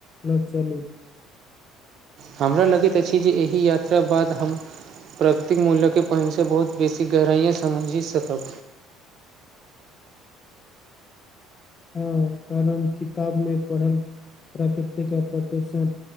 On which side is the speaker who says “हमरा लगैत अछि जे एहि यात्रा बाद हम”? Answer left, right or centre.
Right